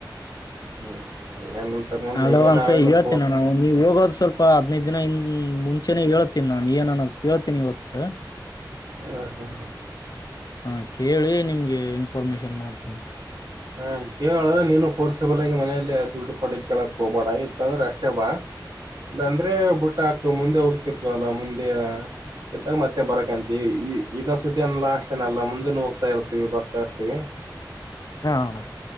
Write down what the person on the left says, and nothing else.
ಅಡ್ವಾನ್ಸ್
ಹೇಳ್ತೀನಿ ಅಣ್ಣ ನವು ನೀವು ಹೋಗೋದು್ ಸ್ವಲ್ಪ ಹದ್ೈದು ದಿನ ಇ ಹ್ಮ್ ಮುಂಚೆನೆೇ ಹೇಳ್ತೀನಿ ನಾನ್ ಏನನ್ನೋ ಕೇಳ್ತೀನಿ ಇವತ್ತು.
ಹಾ ಕೇಳಿ ನಿಮ್ಗೆ ಇನ್ಫಾರ್ಮೇಶನ್ ಮಾಡ್ತೇಾನ.
ಹಾ ಅಣ್ಣ